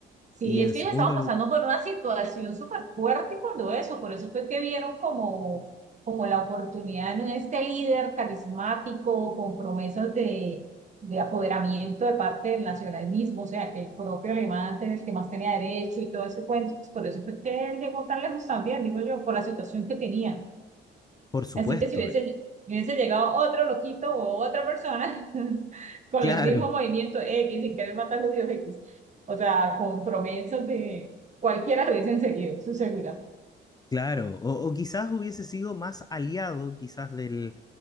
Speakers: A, on the right; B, on the left.
A: Sí,
B: y
A: es
B: en
A: que
B: segundo,
A: ya estaban pasando
B: lu-
A: por una situación súper fuerte cuando eso, por eso fue que vieron como, como la oportunidad en este líder carismático, con promesas de, de apoderamiento de parte del nacionalismo, o sea, que el propio alemán era el que más tenía derecho y todo ese cuento, pues por eso fue que él llegó tan lejos también, digo yo, por la situación que tenía.
B: por supuesto,
A: Así que si hubiese,
B: eh,
A: si hubiese llegado otro loquito o otra persona <laughs> con
B: claro.
A: el mismo movimiento X sin querer matar judíos X, o sea, con promesas de cualquiera lo hubiesen seguido, su seguridad.
B: Claro, o, o quizás hubiese sido más aliado, quizás del,